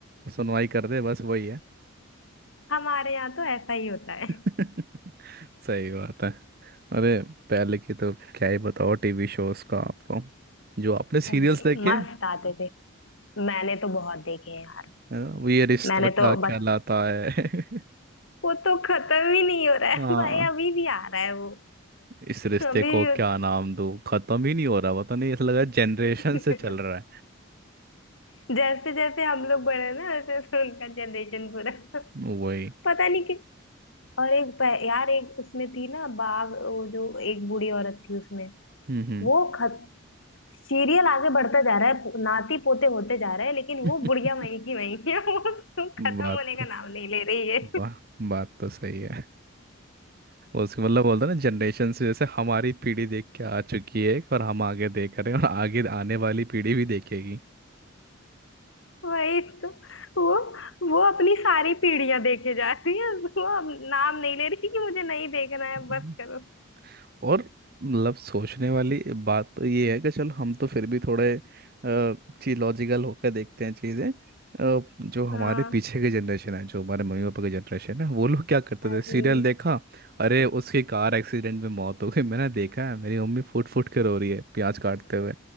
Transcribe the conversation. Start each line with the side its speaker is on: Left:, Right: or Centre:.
Right: सुनवाई कर दे बस वही है
Left: हमारे यहाँ तो ऐसा ही होता
Right: <laughs>
Left: है
Right: सही बात है अरे पहले की तो क्या ही बताओ टीवी शोज का आपको जो आपने
Left: अरे
Right: सीरियल्स देखे
Left: मस्त आते थे मैंने तो बहुत देखे हैं यार
Right: है ना? वो ये रिश्ता
Left: मैंने
Right: क्या
Left: तो
Right: कहलाता
Left: बच
Right: है <laughs>
Left: वो तो खत्म ही नहीं हो रहा है
Right: हाँ
Left: <laughs> भाई अभी भी आ रहा है वो
Right: इस रिश्ते
Left: अभी
Right: को
Left: भी
Right: क्या नाम दूँ खत्म ही नहीं हो रहा पता नहीं ऐसा लग रहा है जनरेशन
Left: उस-
Right: से चल रहा
Left: <laughs> जैसे जैसे हम लोग बढ़े ना वैसे वैसे उनका जनरेशन पूरा <laughs>
Right: है वही
Left: पता नहीं कि और एक पह- यार एक उसमें थी ना बाघ वो जो एक बूढ़ी औरत थी उसमें
Right: हम्म
Left: वो खत सीरियल आगे बढ़ता जा रहा है नाती पोते होते जा रहे हैं लेकिन
Right: हम्म।
Left: वो बुढ़िया वहीं की वहीं है <laughs> वो
Right: <laughs>
Left: खत्म
Right: बात
Left: होने का
Right: तो
Left: नाम नहीं ले रही है
Right: वाह बात तो सही है उसके मतलब बोलते हैं ना जनरेशन से जैसे हमारी पीढ़ी देख के आ चुकी है और हम आगे देख रहे हैं और आगे आने वाली पीढ़ी भी देखेगी
Left: वही तो वो वो अपनी सारी पीढ़ियां देखे जा रही है वो अब नाम नहीं ले रही कि मुझे नहीं देखना है
Right: <laughs>
Left: बस करो
Right: और मतलब सोचने वाली बात तो ये है कि चलो हम तो फिर भी थोड़े चीज लॉजिकल होकर देखते हैं चीज़ें अ, जो हमारे
Left: हाँ
Right: पीछे की जनरेशन है जो हमारे मम्मी पापा की जनरेशन है वो लोग क्या करते
Left: अरे
Right: थे सीरियल देखा अरे उसकी कार एक्सीडेंट में मौत हो गई मैंने देखा है मेरी मम्मी फुट फुट कर रो रही है प्याज काटते हुए